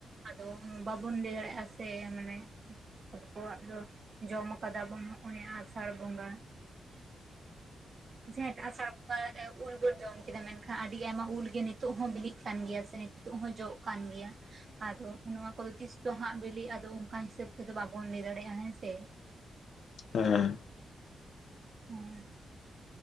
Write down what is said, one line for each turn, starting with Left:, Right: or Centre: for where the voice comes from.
Right: ᱟᱫᱚ ᱵᱟᱵᱚᱱ ᱞᱟᱹᱭ ᱫᱟᱲᱮᱭᱟᱜᱼᱟ ᱥᱮ ᱢᱟᱱᱮᱻ ᱟᱵᱚᱣᱟᱜ ᱫᱚ ᱡᱚᱢ ᱠᱟᱫᱟ ᱵᱚᱱ ᱱᱚᱜ ᱚᱭ ᱟᱥᱟᱲ ᱵᱚᱸᱜᱟ ᱾
Left: <inaudible>
Right: ᱦᱮᱸ ᱟᱥᱟᱲ ᱵᱚᱸᱜᱟ ᱩᱞ ᱵᱚᱱ ᱡᱚᱢ ᱠᱮᱫᱟ ᱢᱮᱱᱠᱷᱟᱱ ᱟᱹᱰᱤ ᱟᱭᱢᱟ ᱩᱞᱜᱮ ᱱᱤᱛᱚᱜ ᱦᱚᱸ ᱵᱤᱞᱤᱜ ᱠᱟᱱ ᱜᱮᱭᱟ ᱥᱮ ᱾ ᱱᱤᱛᱜ ᱦᱚᱸ ᱡᱚᱜ ᱠᱟᱱ ᱜᱮᱭᱟ ᱟᱫᱚ ᱱᱚᱶᱟ ᱠᱚᱫᱚ ᱛᱤᱥ ᱪᱦᱟᱸᱜ ᱵᱤᱞᱤ ᱟᱫᱚ ᱚᱱᱠᱟ ᱦᱤᱥᱟᱹᱵ ᱛᱮᱫᱚ ᱵᱟᱵᱚᱱ ᱞᱟᱹᱭ ᱫᱟᱲᱮᱭᱟᱜᱼᱟ ᱦᱮᱸᱥᱮᱻ
Left: ᱦᱮᱸ <inaudible>
Right: ᱦᱮᱸ